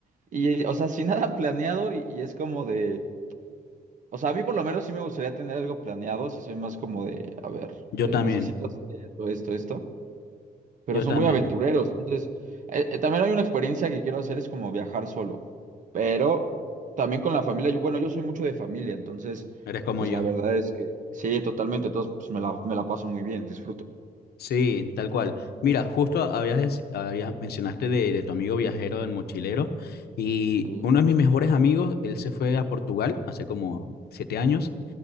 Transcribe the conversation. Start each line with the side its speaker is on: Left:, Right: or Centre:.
Right: y, o sea, <laughs> sin nada planeado y, y es como de, o sea, a mí por lo menos sí me gustaría tener algo planeado, si soy más como de, a ver,
Left: Yo
Right: eh,
Left: también,
Right: necesito hacer esto, esto, esto pero
Left: yo
Right: son
Left: también.
Right: muy aventureros. Entonces, eh, eh, también hay una experiencia que quiero hacer, es como viajar solo, pero también con la familia. Yo, bueno, yo soy mucho de familia, entonces,
Left: Eres como
Right: pues
Left: yo.
Right: la verdad es que sí, totalmente. Entonces, pues me la, me la paso muy bien, disfruto.
Left: Sí, tal cual. Mira, justo habías, deci- había- mencionaste de, de tu amigo viajero, el mochilero, y
Right: Sí.
Left: uno de mis mejores amigos, él se fue a Portugal hace como siete años